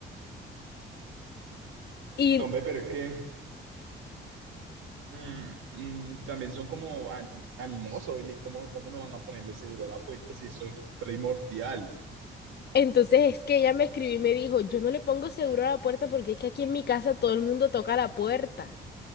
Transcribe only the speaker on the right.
No, hombre, pero es que mm, mm, también son como an- animosos. Oye, ¿cómo, cómo no van a ponerle seguro a la puerta si eso es primordial?